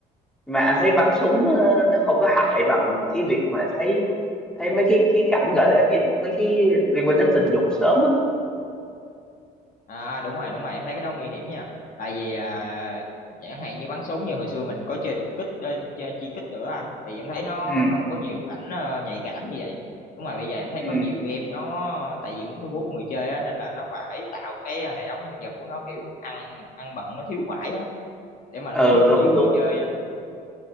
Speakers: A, in the centre; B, on the left.
A: mà anh thấy bắn súng nó, nó không có hại bằng cái việc mà thấy thấy mấy cái cái cảnh gọi là cái mấy cái liên quan đến tình dục sớm á
B: À đúng rồi, đúng rồi, em thấy cái đó nguy hiểm nha. Tại vì à, chẳng hạn như bắn súng như hồi xưa mình có chơi đục kích, ờ, chơi chi kích nữa anh, thì em thấy nó
A: ừ
B: không có nhiều cảnh ờ, nhạy cảm như vậy. Đúng rồi, bây giờ em thấy
A: ừ
B: có nhiều game nó tại vì muốn thu hút người chơi á, nên là nó phải tạo cái à, hệ thống nhân vật của nó kiểu ăn ăn bận nó thiếu vải á để mà
A: ừ
B: thu hút
A: đúng
B: nhiều
A: đúng
B: người chơi á.